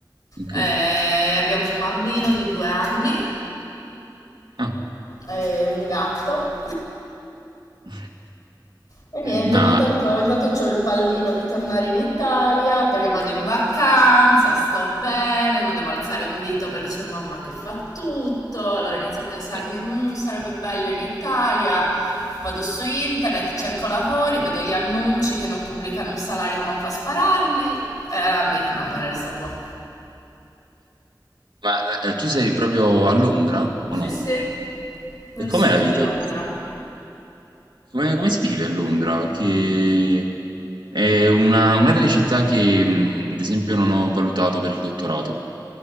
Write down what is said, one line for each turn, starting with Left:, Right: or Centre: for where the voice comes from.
Right: ok.
Left: Eh, abbiamo un bambino di due anni.
Right: Ah.
Left: e un gatto.
Right: <laughs>
Left: E niente,
Right: Ma,
Left: ogni tanto, ogni tanto c'ho il pallino di tornare in Italia. Perché vado in vacanza, sto bene, non devo alzare un dito perché c'è mamma che fa tutto. Allora inizio a pensarmi,
Right: eh,
Left: "Mm, sarebbe bello in Italia. Vado su internet, cerco lavori, vedo gli annunci che non pubblicano un salario manco a spararli. E allora mi dico no, me ne resto qua.
Right: ma, eh, tu sei proprio a Londra
Left: Sì,
Right: o no?
Left: sì, nel
Right: E com'è
Left: sud
Right: la
Left: di
Right: vita?
Left: Londra.
Right: Come, come si vive a Londra? Perché è una, una delle città che, mh, ad esempio, non ho valutato per il dottorato.